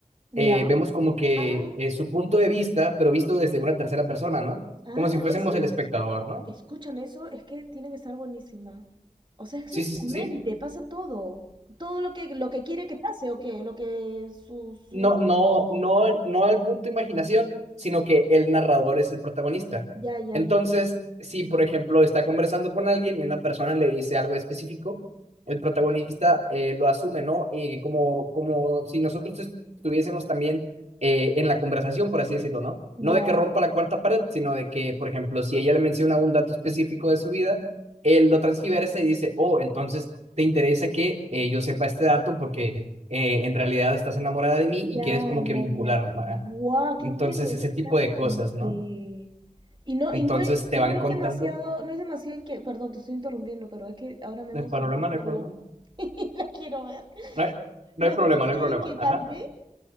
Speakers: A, on the right; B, on the right.
A: Ya.
B: eh, vemos como que
A: Ah,
B: eh, su punto de vista, pero visto desde una tercera persona, ¿no?
A: ah,
B: Como si fuésemos
A: ese,
B: el espectador, ¿no?
A: escúchame, eso es que tiene que estar buenísima. O sea, es
B: Sí,
A: que en
B: sí,
A: su mente
B: sí.
A: pasa todo. Todo lo que, lo que quiere que pase, o qué, lo que su, su,
B: No, no, no, no al punto imaginación, sino que el narrador es el protagonista.
A: ya, ya,
B: Entonces,
A: ya. ya.
B: si por ejemplo está conversando con alguien y una persona le dice algo específico, el protagonista eh, lo asume, ¿no? Y como, como si nosotros estuviésemos también eh, en la conversación, por así decirlo, ¿no?
A: Ya,
B: No de que rompa la cuarta pared, sino de que, por ejemplo, si ella le menciona un dato específico de su vida, él lo transgiversa y dice, oh, entonces te interesa que eh, yo sepa este dato porque eh, en realidad estás enamorada de mí y
A: ya,
B: quieres como
A: ya,
B: que vincular.
A: ya. ¡Guau! ¡Qué
B: Entonces,
A: interesante!
B: ese tipo de cosas, ¿no?
A: Y no,
B: Entonces
A: y no es,
B: te
A: no
B: van
A: es
B: contando.
A: demasiado, no es demasiado inque- perdón, te estoy interrumpiendo, pero es que ahora me
B: No
A: he emocionado
B: hay problema, no
A: y
B: hay
A: quiero-
B: problema.
A: <laughs> la quiero ver.
B: No hay, no
A: No
B: hay
A: es
B: problema,
A: demasiado
B: no hay problema.
A: inquietante.
B: Ajá.